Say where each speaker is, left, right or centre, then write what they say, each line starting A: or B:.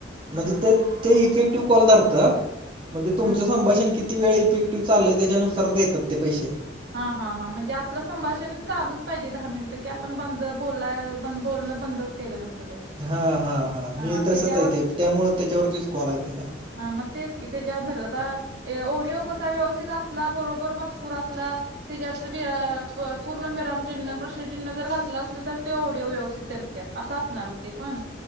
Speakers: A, on the right; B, on the right.
A: म्हणजे
B: हम्म.
A: ते ते इफेक्टिव्ह कॉलदर म्हणजे तुमचं
B: हा हा.
A: संभाषण किती वेळ इफेक्टिव्ह चालय त्याच्यानुसार देतात ते पैसे
B: हा हा हां म्हणजे आपलं संभाषण चालूच पाहिजे दहा मिनिटं की आपण बंद बोलाय पण बोलणं बंदच केलं नसलं पाहिजे
A: हा हा मी
B: हा
A: तसंच
B: त्याच्यावर
A: आहे ते त्यामुळं त्याच्यावरतीच कॉल ते ह
B: हा म तेच किती जा उधरलाात ओडीिओ कसा व्यवस्थित असला बरोबर मजकूर असला त्याच्यात पूर्ण मिरामचिन्ह प्रश्नचिन्ह जर घातलं असलं तर ते ओढिओ व्यवस्थित त्यात असं असणार हो ते पण